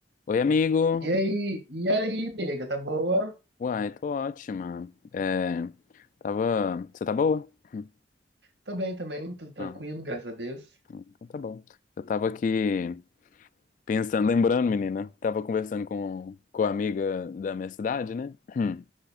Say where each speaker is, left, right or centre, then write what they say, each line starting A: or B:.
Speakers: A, on the left; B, on the right.
A: Oi, amigo.
B: E aí, e aí, nega, tá boa?
A: Uai, tô ótima. É, tava. Você tá boa? Hum,
B: Tô bem também, tudo tranquilo,
A: Ah,
B: graças a Deus.
A: então tá bom. Eu tava aqui pensando, lembrando, menina, tava conversando com, com a amiga da minha cidade, né? <clears throat>